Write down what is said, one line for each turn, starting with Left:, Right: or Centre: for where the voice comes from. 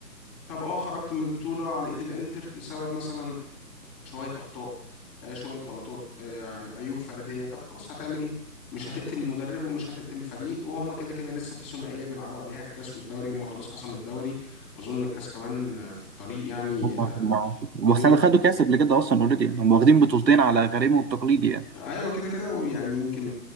Left: طب اه خرجت من البطولة على ايد الانتر بسبب مثلا شوية أخطاء آه، شوية غلطات آه، ع- عيوب فردية طب خلاص هتعمل إيه؟ مش هتقتل المدرب ومش هتقتل الفريق وهم كده كده لسه في ثنائية بيلعبوا عليها الكاس والدوري هم خلاص حسموا الدوري وأظن الكاس كمان آه، في الطريق يعني
Right: هم
Left: آه،
Right: هم وخدوا
Left: بيض
Right: خدوا كاس قبل كده اصلا اوريدي يعني هم واخدين بطولتين على غريمه والتقليدي يعني
Left: ايوه كده كده ويعني يمكن